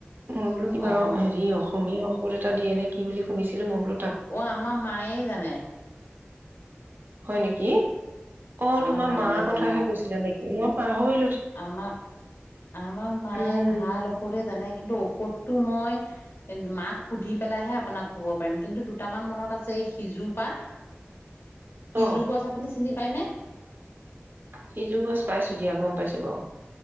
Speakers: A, on the right; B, on the left.
A: মই বোলো কিবা
B: অ'
A: হেৰি অসমীয়া এটা দিয়ে নেকি বুলি শুনিছিলো মইবোলো
B: অ আমাৰ মায়ে জানে
A: হয় নেকি অ
B: আমাৰ
A: তোমাৰ
B: মায়ে
A: মাৰ কথাহে
B: জানে অ'
A: কৈছিলা নেকি ম হয়
B: আমাক আমাৰ মায়ে
A: উম
B: ভাল ঔষধে জানে কিন্তু ঔষধটো মই মাক সুধি পেলাইহে আপোনাক ক'ব পাৰিম কিন্তু দুটামান মনত আছে এই সিজু পাত সিজোৰ
A: অ
B: গছ আপুনি চিনি পায়নে
A: সিজোৰ গছ পাইছোঁ দিয়া গম পাইছোঁ বাৰু